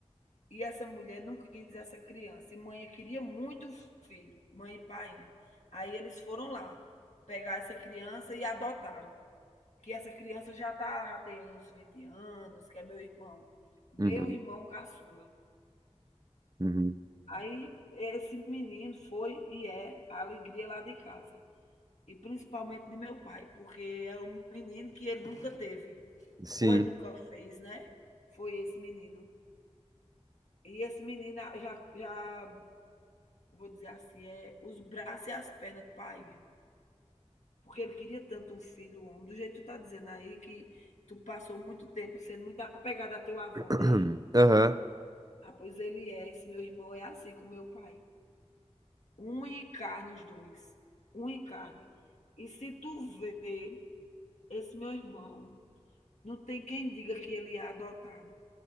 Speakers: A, on the left; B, on the right.
A: E essa mulher não quis essa criança. E mãe queria muito o filho, mãe e painha. Aí eles foram lá pegar essa criança e adotaram. Que essa criança já, tá, já tem uns 20 anos, que é meu irmão, meu
B: Uhum,
A: irmão caçula.
B: uhum.
A: Aí esse menino foi e é a alegria lá de casa. e principalmente de meu pai, porque era um menino que ele nunca teve,
B: Sim.
A: ou ele nunca fez, né? Foi esse menino. E esse menino já, já vou dizer assim, é os braços e as pernas de painha, porque ele queria tanto um filho um homem, do jeito que tu tá dizendo aí, que tu passou muito tempo sendo muito apegada a teu avô,
B: <clears throat>
A: né?
B: Aham.
A: Ah, pois ele é, esse meu irmão é assim com meu pai. Um encarna os dois, um encarne. E se tu vê esse meu irmão Não tem quem diga que ele é adotado,